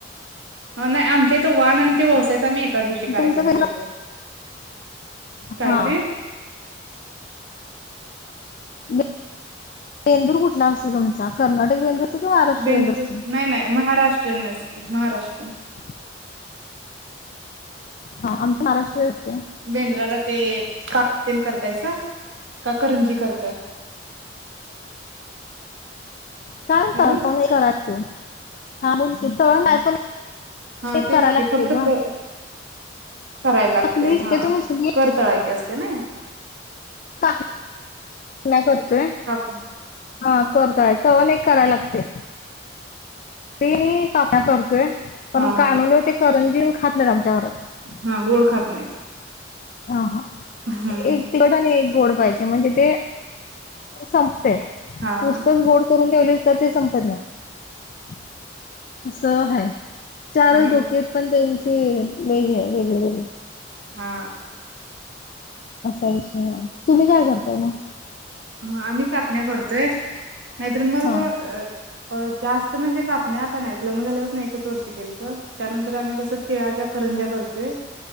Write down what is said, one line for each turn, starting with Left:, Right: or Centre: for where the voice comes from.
Right: ह नाही आम तेथ वान आणि ते व्यवसायाचा मी एकाच दिवशी कार्यक्रम
Left: तुमचं वेगळं
Right: ठेवतो काय
Left: हा
Right: ते
Left: बेंदूर कुठला असत तुमचा कर्नाटक बेंदूर असतो की महाराष्ट्र
Right: बेंतू
Left: बेंदूर असतो
Right: नाही नाही महाराष्ट्र ट्रेन महाराष्ट्र
Left: <inaudible> हा आमच महाराष्ट्र य
Right: बेंद्राला ते का करताय का करंजी करताय
Left: कामत
Right: हॅलो
Left: प क त हा मुलगी तळण पण
Right: हा
Left: एक
Right: तेच
Left: करायला लागते
Right: की फक्त
Left: ग
Right: करायला लागते
Left: चकली शक्यतो
Right: हा
Left: मी सगळी
Right: कर तळायचे असते त्या ना
Left: ह नाही कर
Right: काप
Left: हा कोरतयत कराय लागते ते नाही आप्या करचोय पण
Right: हा हा
Left: कानवले होते करं जन खात नाहीत आमच्यावर
Right: हा गोड खात नाहीत
Left: हा हा
Right: हम्म
Left: एक
Right: हम्म
Left: तिकटाने एक गोड पाहियजे म्हणजे ते संपते नुसताच
Right: हा
Left: गोड करून ह तर ते संपत नाही असं आहेै ारल
Right: आणि
Left: धोक्यात पण ते ते नाही आहे ब
Right: हा
Left: असा विषय आहे तुम्ही काय करताय ना
Right: हा आम्ही कापण्या करतोय मद्रर्माग
Left: हा
Right: अ जास्त म्हणजे कापणे आता नाहीच लग्न झाल्यास नाही एकच वर्षी गलं तर त्यात नंतर आम्ही कसं तिळाच्या करंज्या करतोय